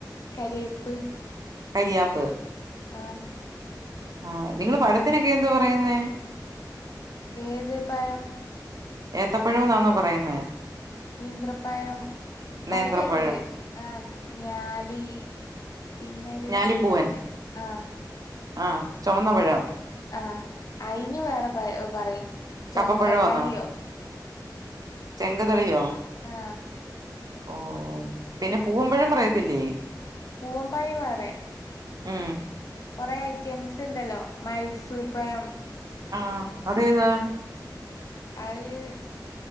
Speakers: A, on the left; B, on the right.
A: കരിയെപ്പ്
B: കരിയാപ്പ്
A: ആഹ്
B: ആ നിങ്ങള് പഴത്തിനൊക്കെ എന്താ പറയുന്നെ
A: ഏത് പഴം
B: ഏത്തപ്പഴോന്നാണോ പറയുന്നേ
A: നീന്ത്രപഴം പലേ
B: നേന്ത്രപ്പഴം
A: പേരുണ്ട് ആഹ് ഞാലി പിന്നെ ഒരു
B: ഞാലിപ്പൂവൻ
A: ചോപ്പിന് ആഹ്
B: ആഹ് ചൊവന്നപഴം
A: ആ അയിന് വേറെ പറയും
B: കപ്പപ്പഴമാന്നോ
A: ചങ്ങത്താളിയോ
B: ചെങ്കതെളിയോ
A: ആ
B: ഓഹ് പിന്നെ പൂവമ്പഴം പറയത്തില്ലേ
A: പൂമ്പഴം വേറെ
B: മ്
A: കുറേ ഐറ്റംസ് ഉണ്ടല്ലോ മൈസൂർ പയം
B: ആ അത് ഏതാ
A: അയീ